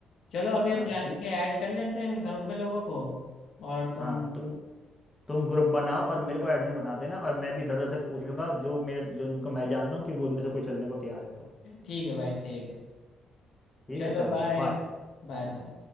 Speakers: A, on the left (about 70°); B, on the left (about 15°).
A: चलो अभी हम
B: हाँ
A: जाके
B: ठीक
A: ऐड कर लेते हैं ग्रुप में लोगों को और तुम
B: हाँ तो तुम ग्रुप बनाओ और मेरे को एडमिन बना देना और मैं भी इधर उधर से पूछ लूंगा जो मेरे जो इनको मैं जानता हूँ कि वो उनमें से कोई चलने को तैयार है तो
A: ठीक है भाई ठीक
B: ठीक
A: चलो
B: है चलो
A: बाय
B: बाय
A: Bye bye